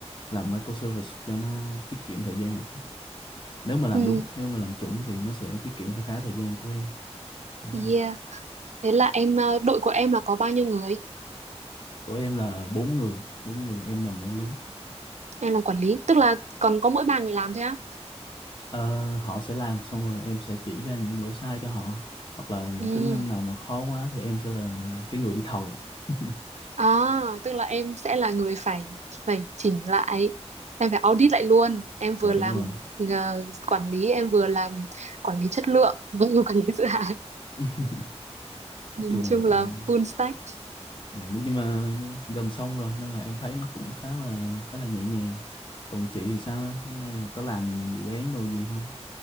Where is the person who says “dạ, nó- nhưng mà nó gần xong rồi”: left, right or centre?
Left